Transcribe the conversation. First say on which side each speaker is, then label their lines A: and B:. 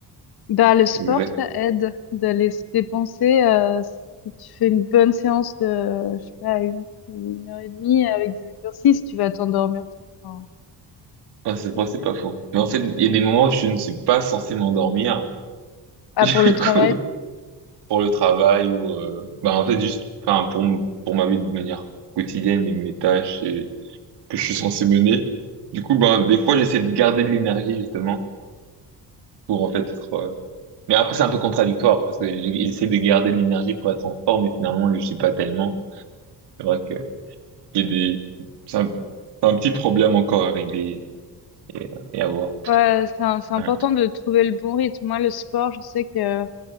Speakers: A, on the left; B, on the right.
A: bah le sport
B: Exact.
A: ça aide d'aller se dépenser euh, si tu fais une bonne séance de je sais pas une, une heure et demie avec des exercices tu vas t'endormir. Enfin,
B: Ah, c'est
A: ça
B: vrai,
A: peut-
B: c'est pas faux. Mais en fait, il y a des moments où je ne suis pas censé m'endormir. <laughs>
A: Ah
B: Du
A: pour le travail?
B: coup, pour le travail ou, euh, bah, en fait, juste, enfin, pour, m- pour ma vie de manière quotidienne et mes tâches et que je suis censé mener. Du coup, ben, des fois, j'essaie de garder de l'énergie, justement, pour, en fait, être, euh, Mais après, c'est un peu contradictoire parce que j- j'essaie de garder de l'énergie pour être en forme, mais finalement, je suis pas tellement. C'est vrai que il y a des, c'est un, c'est un petit problème encore à régler et, et à voir.
A: Ouais, c'est un- c'est important
B: Ouais.
A: de trouver le bon rythme. Moi, le sport, je sais que euh,